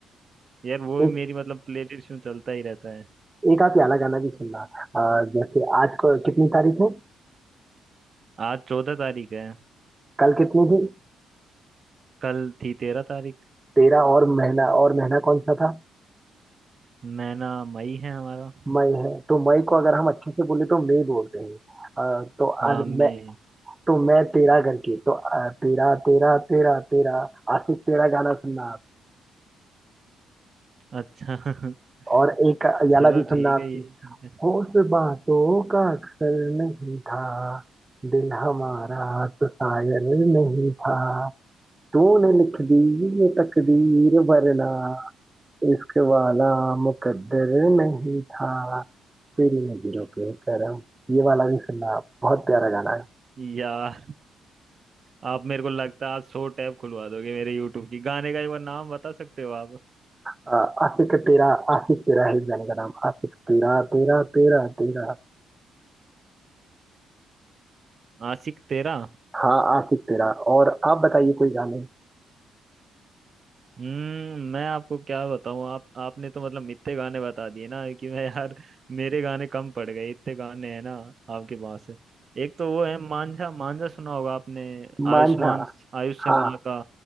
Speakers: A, on the right; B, on the right.
A: यार वो भी
B: एक
A: मेरी मतलब प्लेलिस्ट में चलता ही रहता है
B: एक आप याला गाना भी सुनना आ, जैसे आज को कितनी तारीख है
A: आज चौदह तारीख है
B: कल कितनी थी
A: कल थी तेरह तारीख
B: तेरह और महीना और महीना कौन सा था
A: महीना मई है हमारा
B: मई है तो मई को अगर हम अच्छे से बोले तो मई बोलते हैं अ, तो
A: हाँ
B: आज
A: मैं
B: मैं तो मैं तेरा करके तो अ, तेरा तेरा तेरा तेरा आशिक तेरा गाना सुनना आप
A: अच्छा <laughs>
B: और एक
A: चलो
B: याला भी सुनना
A: ठीक
B: आपकी
A: है ये
B: होश बातों का अक्सर नहीं था दिल हमारा तो शायर नहीं था तूने लिख दी ये तकदीर वरना इश्क वाला मुकद्दर नहीं था तेरी नजरों के करम ये वाला भी सुनना आप बहुत प्यारा गाना है
A: यार आप मेरे को लगता है आज सौ टैब खुलवा दोगे मेरे यूट्यूब की गाने का एक बार नाम बता सकते हो आप
B: अ, आशिक तेरा आशिक तेरा है इस गाने का नाम आशिक तेरा तेरा तेरा तेरा
A: आशिक तेरा
B: हाँ आशिक तेरा और आप बताइए कोई गाने
A: हम्म मैं आपको क्या बताऊं आप आपने तो मतलब इतने गाने बता दिए ना कि मैं यार मेरे गाने कम पड़ गए इतने गाने हैं ना आपके पास एक तो वो है मांझा मांझा सुना होगा आपने
B: मांझा
A: आयुष्मान आयुष शर्मा
B: हाँ
A: का